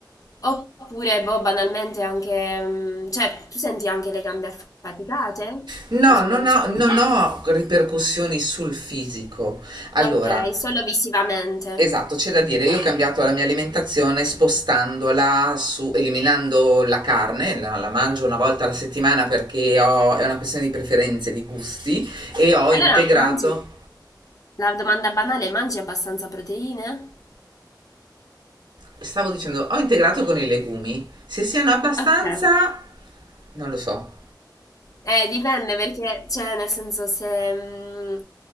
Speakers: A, on the left; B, on the right.
A: Oppure, boh, banalmente anche, mm, cioè, tu senti anche le gambe affaticate?
B: No,
A: Cose
B: non
A: del
B: ho,
A: genere.
B: non ho ripercussioni sul fisico. Allora,
A: Ah, ok, solo visivamente.
B: Esatto, c'è da dire, io ho cambiato la mia alimentazione spostandola su, eliminando la carne, la, la mangio una volta alla settimana perché ho- è una questione di preferenze, di gusti e ho
A: Allora,
B: integrato,
A: mangi, la domanda banale, mangi abbastanza proteine?
B: stavo dicendo, ho integrato con i legumi. Se siano abbastanza,
A: Okay.
B: non lo so.
A: Eh, dipende perché, cioè, nel senso, se... mm,